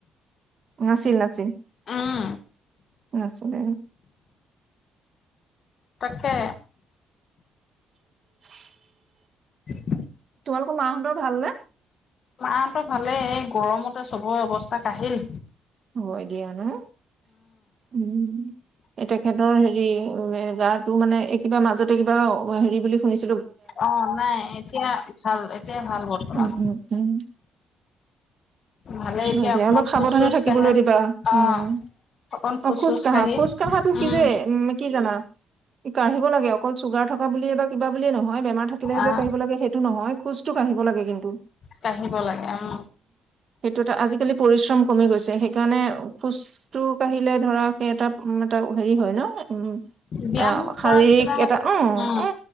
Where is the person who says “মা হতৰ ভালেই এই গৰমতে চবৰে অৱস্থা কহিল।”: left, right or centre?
Left